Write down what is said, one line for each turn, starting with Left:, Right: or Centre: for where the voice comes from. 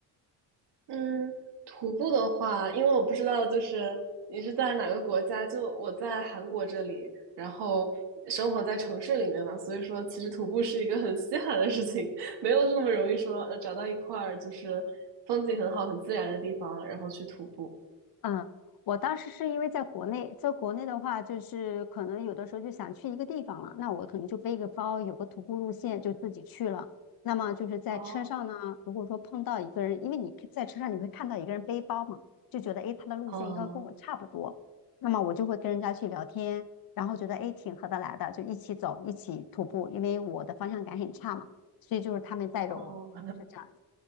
Right: 嗯，徒步的话，因为我不知道，就是你是在哪个国家，就我在韩国这里，然后生活在城市里面嘛，所以说其实徒步是一个很稀罕的事情，<laughs> 没有那么容易说呃找到一块儿就是风景很好、很自然的地方，然后去徒步。
Left: 嗯，我当时是因为在国内，在国内的话，就是可能有的时候就想去一个地方了，那我可能就背个包，有个徒步路线就自己去了。那么就是在车上呢，
Right: 哦，
Left: 如果说碰到一个人，因为你在车上你会看到一个人背包嘛，就觉得诶，他的路线应该跟我差不多，
Right: 哦，
Left: 那么我就会跟人家去聊天，然后觉得诶挺合得来的，就一起走，一起徒步，因为我的方向感很差嘛，所以就是他们带着我，
Right: 哦，
Left: 是这样子